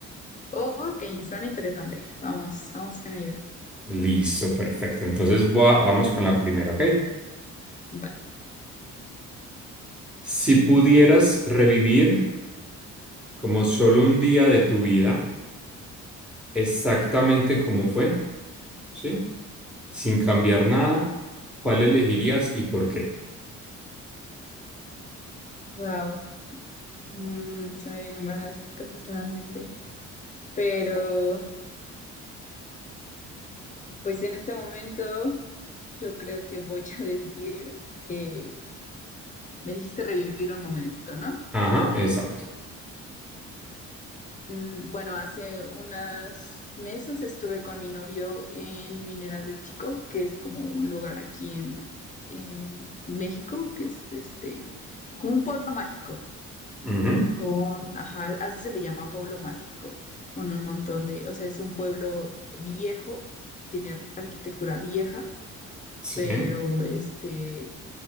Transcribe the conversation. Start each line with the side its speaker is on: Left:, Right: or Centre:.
Left: Ok, suena interesante. Vamos, vamos con ello.
Centre: Listo, perfecto. Entonces va- vamos con la primera, ¿ok?
Left: Vale.
Centre: Si pudieras revivir como solo un día de tu vida, exactamente como fue, ¿sí? Sin cambiar nada, ¿cuál elegirías y por qué?
Left: Wow. Mm, se me vienen varias cosas a la mente. Pero, pues en este momento, yo creo que voy a <laughs> decir, eh, me dijiste revivir un momento, ¿no?
Centre: Ajá, exacto.
Left: Mm, bueno, hace unas meses estuve con mi novio en Mineral del Chico, que es como un lugar aquí en, en México, que es este, como un pueblo mágico.
Centre: Ujú,
Left: con, ajá, así se le llama pueblo mágico, con un montón de, o sea, es un pueblo viejo, tiene ar- arquitectura vieja,
Centre: Sí,
Left: pero este,